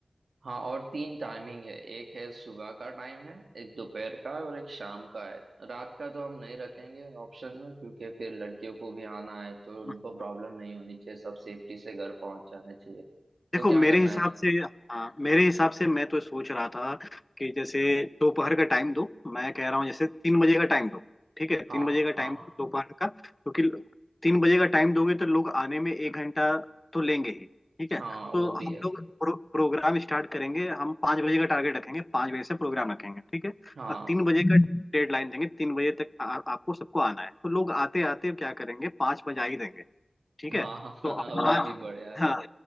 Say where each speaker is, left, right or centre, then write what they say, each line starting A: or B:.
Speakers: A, on the right; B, on the left.
A: हाँ और तीन टाइमिंग है एक है सुबह का टाइम है एक दोपहर का है और एक शाम का है रात का तो हम नहीं रखेंगे ऑप्शन में क्योंकि फिर लड़कियों को भी आना है तो
B: देखो
A: उनको प्रॉब्लम नहीं होनी चाहिए सब सेफ्टी से घर पहुंच जाना चाहिए
B: देखो
A: तो क्या
B: मेरे
A: करना
B: हिसाब
A: है
B: से हाँ मेरे हिसाब से मैं तो सोच रहा था कि जैसे दोपहर का टाइम दो मैं कह रहा हूँ जैसे तीन बजे का टाइम दो ठीक है
A: हाँ
B: तीन बजे का
A: हाँ
B: टाइम दो दोपहर का क्योंकि तीन बजे का टाइम दोगे तो लोग आने में एक घंटा तो लेंगे ही ठीक है
A: हाँ
B: तो
A: वो भी
B: हम
A: है
B: लोग प्रो, प्रोग्राम स्टार्ट करेंगे हम पाँच बजे का टारगेट रखेंगे पाँच बजे से प्रोग्राम रखेंगे ठीक है
A: हाँ
B: और तीन बजे का डेडलाइन देंगे तीन बजे तक आ, आपको सबको आना है तो लोग आते आते क्या करेंगे पाँच बजा ही देंगे ठीक
A: हाँ
B: है
A: हाँ, हाँ,
B: तो
A: हाँ
B: पाँच
A: वो भी बढ़िया है
B: हाँ हाँ